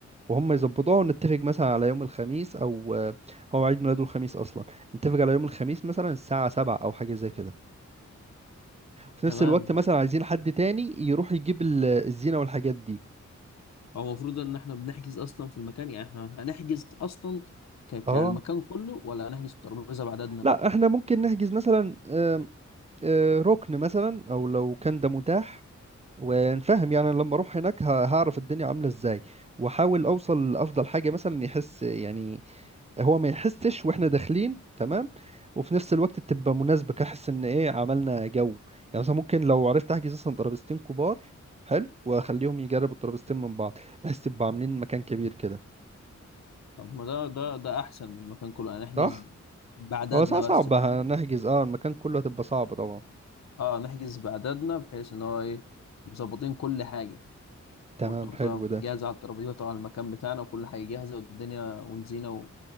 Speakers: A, on the right (about 20°); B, on the left (about 65°).
A: وهم يظبطوها ونتفق مثلا على يوم الخميس او آه، هو عيد ميلاده الخميس اصلا نتفق على يوم الخميس مثلا الساعه 7 او حاجه زي كده وفي نفس
B: تمام
A: الوقت مثلا
B: احنا
A: عايزين حد تاني يروح يجيب ال- الزينه والحاجات دي
B: هو المفروض ان احنا بنحجز اصلا في المكان يعني احنا هنحجز اصلا ك... كالمكان
A: اه
B: كله ولا هنحجز الترابيزه بعددنا
A: لا احنا ممكن نحجز مثلا آه، ركن مثلا او لو كان ده متاح ونفهم يعني لما اروح هناك ه- هعرف الدنيا عامله ازاي واحاول اوصل لافضل حاجه مثلا يحس يعني هو ما يحسش واحنا داخلين تمام وفي نفس الوقت تبقى مناسبه كحس ان ايه عملنا جو يعني مثلا ممكن لو عرفت احجز مثلا ترابيزتين كبار حلو واخليهم يجربوا الترابيزتين من بعض بحيث تبقى عاملين مكان كبير كده
B: طب ما ده ده ده احسن من المكان كله هنحجز
A: صح
B: بعددنا
A: هو صعب صعب
B: بس فاهم
A: هنحجز اه المكان كله هتبقى صعبه طبعا
B: اه نحجز بعددنا بحيث ان هو ايه مظبطين كل حاجه
A: تمام
B: والتورته
A: حلو ده
B: جاهزه على الترابيزه طبعا المكان بتاعنا وكل حاجه جاهزه والدنيا والزينه و...